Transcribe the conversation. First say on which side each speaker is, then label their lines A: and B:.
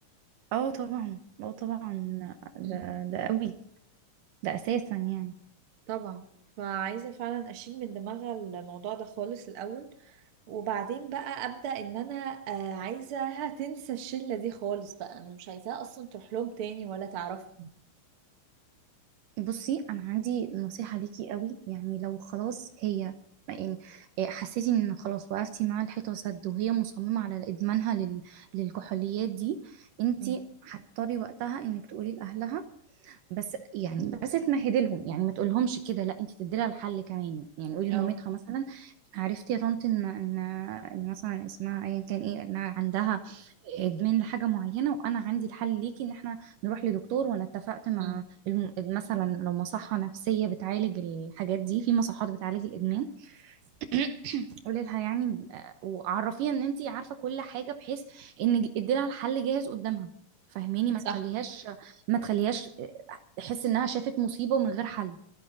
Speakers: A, on the right (about 75°); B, on the right (about 55°).
A: اه طبعا اه طبعا ده
B: مم.
A: ده قوي ده اساسا يعني
B: طبعا فعايزة فعلا أشيل من دماغها الموضوع ده خالص الأول وبعدين بقى أبدأ إن أنا آه، عايزاها تنسى الشلة دي خالص بقى أنا مش عايزاها أصلا تروح لهم تاني ولا تعرفهم
A: بصي انا عندي نصيحة ليكي قوي يعني لو خلاص هي يعني إيه، حسيتي ان خلاص وقفتي مع الحيطة سد وهي مصممة على ادمانها لل... للكحوليات دي انتي
B: مم.
A: هتضطري وقتها انك تقولي لاهلها بس يعني بس تمهدي لهم يعني ما تقولهمش كده لا انتي تدي لها الحل كمان يعني قولي لمامتها
B: أو
A: مثلا عرفتي يا طنط ان ان إن مثلا اسمها ايا كان ايه انها عندها ادمان لحاجه معينه وانا عندي الحل ليكي ان احنا نروح لدكتور وانا اتفقت مع
B: مم.
A: الم... مثلا لو مصحه نفسيه بتعالج الحاجات دي في مصحات بتعالج الادمان <clears throat> قولي لها يعني ب- وعرفيها ان انت عارفه كل حاجه بحيث ان ادي لها الحل جاهز قدامها فهميني ما
B: صح
A: تخليهاش ما تخليهاش تحس انها شافت مصيبه ومن غير حل